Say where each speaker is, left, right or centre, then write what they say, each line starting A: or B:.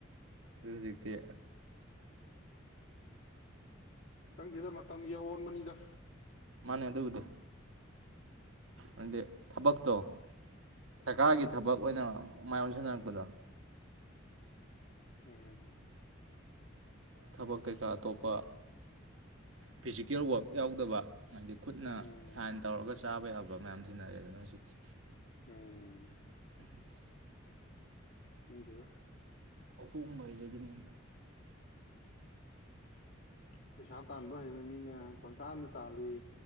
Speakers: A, on the right; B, on the left.
A: ꯑꯗꯨ ꯍꯨꯖꯤꯛꯇꯤ
B: ꯈꯡꯗꯦꯗ ꯃꯇꯝꯒꯤ ꯑꯋꯣꯟꯕꯅꯤꯗ
A: ꯃꯥꯅꯦ ꯑꯗꯨꯕꯨꯗꯤ ꯑꯗꯨꯗꯤ ꯊꯕꯛꯇꯣ ꯁꯔꯀꯥꯔꯒꯤ ꯊꯕꯛ ꯑꯣꯏꯅ ꯃꯥꯏ ꯑꯣꯟꯁꯤꯟꯅꯔꯛꯄꯗꯣ
B: ꯎꯝ
A: ꯊꯕꯛ ꯀꯩꯀꯥ ꯑꯇꯣꯞꯄ ꯐꯤꯖꯤꯀꯦꯜ ꯋꯥꯔꯛ ꯌꯥꯎꯗꯕ ꯍꯥꯏꯗꯤ ꯈꯨꯠꯅ
B: ꯎꯝ
A: ꯁꯥꯏꯟ ꯇꯧꯔꯒꯁꯨ ꯆꯥꯕ ꯌꯥꯕ ꯃꯌꯥꯝ ꯊꯤꯅꯔꯦꯅ ꯍꯧꯖꯤꯛꯇꯤ
B: ꯎꯝ
A: ꯎꯝ ꯁꯤ
B: ꯈꯡꯗꯦꯗꯥ
A: ꯑꯍꯣꯡꯕ ꯍꯥꯏ ꯖꯦ ꯑꯗꯨꯅꯤꯅꯦ
B: ꯄꯩꯁꯥ ꯇꯥꯟꯕ ꯍꯩꯕ ꯃꯤꯅ ꯄꯪꯇꯥꯥꯟꯗ ꯇꯥꯜꯂꯤ